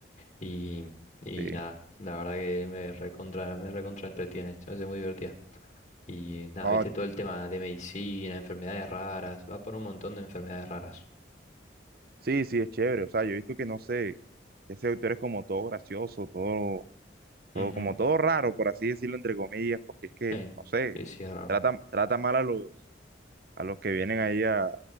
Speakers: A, on the left; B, on the right.
A: Y, y
B: Sí.
A: nada, la verdad que me recontra, me recontra entretiene, se me hace muy divertida. Y nada,
B: Oh,
A: viste todo el tema de medicina, enfermedades raras, va por un montón de enfermedades raras.
B: Sí, sí, es chévere. O sea, yo he visto que no sé, ese autor es como todo gracioso, todo, todo,
A: Ujú,
B: como todo raro, por así decirlo, entre comillas, porque es que,
A: Sí,
B: no sé,
A: sí, sí, es raro.
B: trata, trata mal a los, a los que vienen ahí a, a-